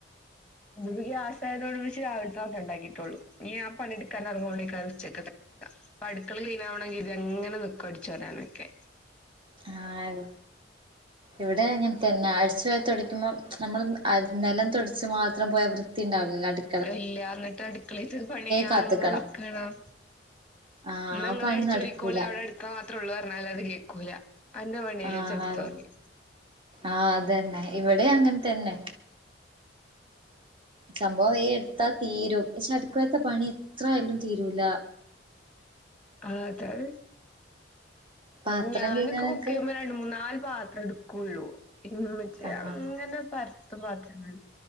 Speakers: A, in the centre; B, on the right.
A: ഇതുപ്പോ ഗ്യാസായതോണ്ട് പ്പിച്ച് രാവിൽത്തൊക്കെ ഇണ്ടാക്കിയിട്ടൊള്ളൂ. ഇനി ഞാ പണിടുക്കാനറുങ്ങള്ളെയ്‌ക്കാരം ഉച്ചക്കത്തെ അടുക്കള ക്ലീനാവണെങ്കി ഇതങ്ങനെ നിക്കു അടിച്ചോരാനൊക്കെ.
B: ആഹ് ഇവിടെ അങ്ങൻത്തന്നെ. അട്ച്ചോരി തൊട്ക്കുമ്പോം നമ്മള് നെലം തൊടച്ച് മാത്രം പോയാ വൃത്തിയുണ്ടാവില്ല. നടു
A: ഇല്ലാ ന്നിട്ട് അടുക്കളീത്തെ പണിയയ്യാങ്ങെ
B: കാത്ത്ക്കണം
A: നിക്കണം.
B: ആഹ്
A: ഇന്നങ്ങള്
B: ആ പണി
A: അടിച്ചൊരിക്കോളി
B: നടക്കൂല
A: അവിടട് മാത്രൊള്ളൂ പറഞ്ഞാലത് കേൾക്കൂല അന്റെ പണിയല്ലെ
B: ആഹ്
A: ഇജ്ജ്ട്ത്തോറിം.
B: ആഹ് അതെന്നെ ഇവടിം അങ്ങൻതെന്നെ. സംഭവം ഈ എടുത്താൽതീരും പക്ഷെ അടുക്കളേത്തെ പണിഎത്രയാലും തീരൂല.
A: ആഹ് അതാണ്
B: പാത്രം
A: അയ്ന് ഞാനൊക്കെ
B: കഴുകാനൊക്കെ
A: കുക്കെയ്യുമ്പോ രണ്ട് മൂന്നാല് പാത്രം ഇട് കൊള്ളു ഇമ്മച്ചി
B: ആഹ്
A: അങ്ങനെ പരത്തും പാത്രങ്ങൾ